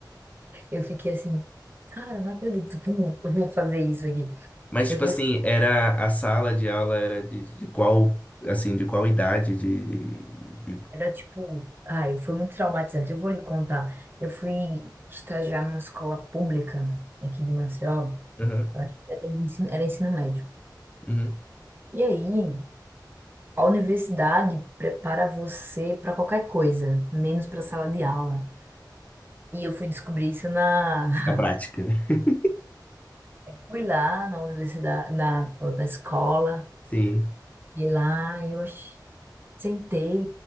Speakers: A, on the right; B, on the left.
A: Eu fiquei assim, cara, não acredito que eu vou fazer isso aqui.
B: Mas,
A: Porque
B: tipo assim,
A: assim,
B: era a sala de aula era de, de qual, assim, de qual idade, de... de, de-
A: Era tipo, ai, foi muito traumatizante. Eu vou lhe contar. Eu fui estagiar numa escola pública aqui de Maceió.
B: Uhum.
A: Eu acho que era ensino era ensino médio.
B: Uhum.
A: E aí, a universidade prepara você para qualquer coisa, menos para sala de aula. E eu fui descobrir isso na <laughs>
B: A prática. <laughs>
A: fui lá na universidade, na, na escola.
B: Sim.
A: E lá eu ach- Sentei,